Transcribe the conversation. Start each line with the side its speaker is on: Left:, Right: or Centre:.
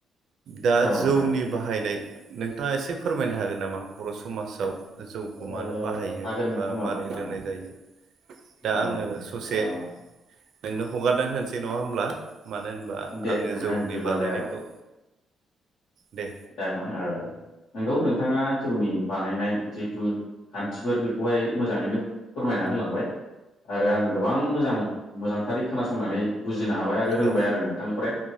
Right: दा
Left: औ नोंथां
Right: जौनि बाहायनाय नोंथाङा एसे फोरमायनो हागोन नामा बर' समाजाव। जौखौ मानो
Left: ओ
Right: बाहायो
Left: हागोन नोंथां
Right: बा माबारै
Left: औ हागोन
Right: लोंनाय जायो। दा
Left: औ
Right: आङो ससे
Left: औ
Right: नोंनो हगारना होनोसै नङा होमब्ला मानो होनबा
Left: दे
Right: आङो
Left: नोंथां
Right: जौनि
Left: बिदिब्लालाय
Right: बानायनायखौ
Left: औ
Right: दे
Left: जागोन ओ नंगौ नोंथाङा जौनि बानायनाय जिहेथु खान्थिफोर बेखौहाय मोजाङैनो फोरमायना होलांबाय आरो आं गोबां मोजां मोजांथारै खोनासंनानै बुजिनो हाबाय आरो रोंबाय
Right: औ
Left: आरो नोंथांनिफ्राय।